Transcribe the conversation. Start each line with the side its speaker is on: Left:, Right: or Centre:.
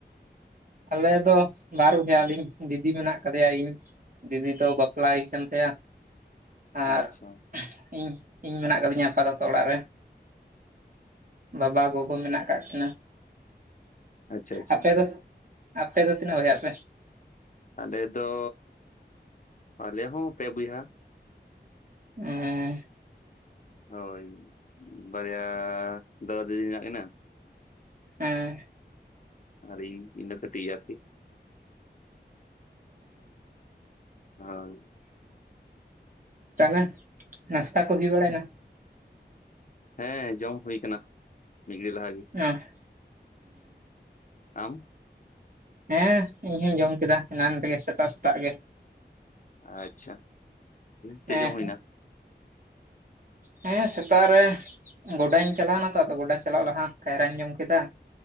Right: ᱟᱞᱮ ᱫᱚ ᱵᱟᱨ ᱵᱚᱭᱦᱟ ᱟᱹᱞᱤᱧ ᱫᱤᱫᱤ ᱢᱮᱱᱟᱜ ᱠᱟᱫᱮᱭᱟ ᱤᱧ ᱾ ᱫᱤᱫᱤ ᱫᱚ ᱵᱟᱯᱞᱟ ᱦᱩᱭ ᱠᱟᱱ ᱛᱟᱭᱟ᱾ ᱟᱨ
Left: ᱟᱪᱪᱷᱟ
Right: ᱤᱧ, ᱤᱧ ᱢᱮᱱᱟᱜ ᱠᱟᱫᱤᱧᱟ ᱟᱯᱟᱛᱚᱛᱚ ᱚᱲᱟᱜ ᱨᱮ᱾ ᱵᱟᱵᱟ ᱜᱚᱜᱚ ᱢᱮᱱᱟᱜ ᱠᱟᱜ ᱠᱤᱱᱟ
Left: <inaudible> ᱟᱪᱪᱷᱟ ᱟᱪᱪᱷᱟ
Right: ᱟᱯᱮ ᱫᱚ ᱟᱯᱮ ᱫᱚ ᱛᱤᱱᱟᱹᱜ ᱵᱚᱭᱦᱟ ᱟᱯᱮ?
Left: ᱟᱞᱮ ᱫᱚ ᱟᱞᱮ ᱦᱚᱸ ᱯᱮ ᱵᱚᱭᱦᱟ ᱾
Right: <inaudible>
Left: ᱦᱳᱭ ᱵᱟᱨᱭᱟ ᱫᱟᱫᱟ ᱫᱤᱫᱤ ᱦᱮᱱᱟᱜ ᱠᱤᱱᱟᱹ ᱾
Right: ᱦᱮᱸ
Left: ᱟᱨ ᱤᱧ, ᱤᱧ ᱫᱚ ᱠᱟᱹᱴᱤᱴ ᱜᱮ ᱟᱨᱠᱤ ᱾ ᱦᱳᱭ ᱾
Right: ᱛᱟᱦᱞᱮ ᱱᱟᱥᱛᱟ ᱠᱚ ᱦᱩᱭ ᱵᱟᱲᱟᱭᱱᱟ?
Left: ᱦᱮᱸ ᱡᱚᱢ ᱦᱩᱭ ᱠᱟᱱᱟ, ᱢᱤᱫ ᱜᱷᱟᱹᱨᱤᱡᱽ ᱞᱟᱦᱟ ᱜᱮ ᱾
Right: ᱦᱮᱸ
Left: ᱟᱢ
Right: ᱦᱮᱸ ᱤᱧ ᱦᱚᱸᱧ ᱡᱚᱢ ᱠᱮᱫᱟ ᱮᱱᱟᱱ ᱨᱮᱜᱮ ᱥᱮᱛᱟᱜ ᱥᱮᱛᱟᱜ ᱜᱮ᱾
Left: ᱟᱪᱪᱷᱟ ᱪᱮᱫ
Right: ᱦᱮᱸ
Left: ᱡᱚᱢ ᱦᱩᱭᱱᱟ?
Right: ᱦᱮᱸ ᱥᱮᱛᱟᱜ ᱨᱮ ᱜᱚᱰᱟᱧ ᱪᱟᱞᱟᱣ ᱮᱱᱟ ᱛᱚ ᱟᱫᱚ ᱜᱚᱰᱟ ᱪᱟᱞᱟᱜ ᱞᱟᱦᱟ ᱠᱟᱭᱨᱟᱧ ᱡᱚᱢ ᱠᱮᱫᱟ᱾